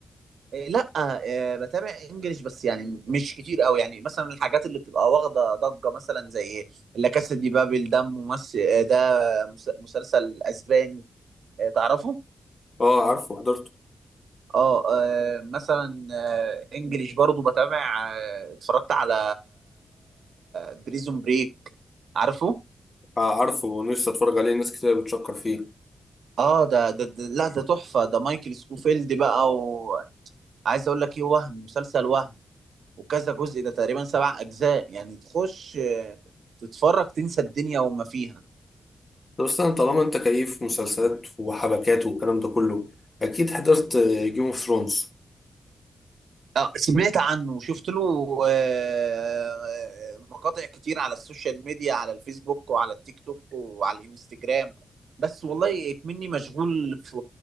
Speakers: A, on the right (about 85°); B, on the left (about 30°).
A: إيه، لا آه، بتابع انجليش بس يعني مش كتير قوي يعني مثلا الحاجات اللي بتبقى واخدة ضجة مثلا زي لا كاسا دي بابل ده ممثل آه، ده مس- مسلسل اسباني آه، تعرفه
B: اه عارفه حضرته
A: اه آه، مثلا آه، انجليش برضو بتابع آه، اتفرجت على بريزون بريك عارفه
B: آه عارفه ونفسي اتفرج عليه ناس كتير بتشكر فيه
A: اه ده, ده, ده لا ده تحفة ده مايكل سكوفيلد بقى وعايز اقول لك ايه وهم مسلسل وهم وكذا جزء ده تقريبا سبع اجزاء يعني تخش آه، تتفرج تنسى الدنيا وما فيها
B: طب استنى طالما انت كيف مسلسلات وحبكات والكلام ده كله اكيد حضرت جيم اوف ثرونز
A: اه سمعت عنه وشفت له آه، مقاطع كتير على السوشيال ميديا على الفيسبوك وعلى التيك توك وعلى الانستجرام بس والله اكمني مشغول في